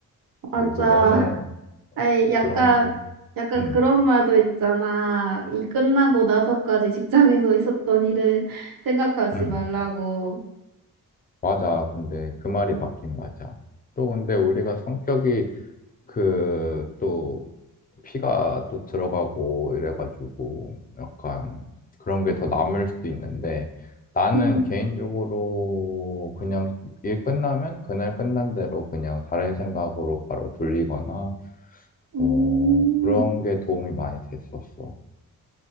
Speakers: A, on the right; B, on the left.
A: 맞아.
B: 그리고
A: <laughs>
B: 너무
A: 아이,
B: 그런
A: 약간,
B: 걸,
A: 약간
B: 음,
A: 그런 말도 있잖아. 이 끝나고 나서까지 직장에서 있었던 일을 <laughs> 생각하지
B: 음,
A: 말라고.
B: 맞아. 근데 그 말이 맞긴 맞아. 또 근데 우리가 성격이 그 또 피가 또 들어가고 이래가지고 약간 그런 게 더 남을 수도 있는데 나는
A: 응.
B: 개인적으로 그냥 일 끝나면 그날 끝난 대로 그냥 다른 생각으로 바로 돌리거나
A: 음,
B: 뭐 그런 게 도움이 많이 됐었어.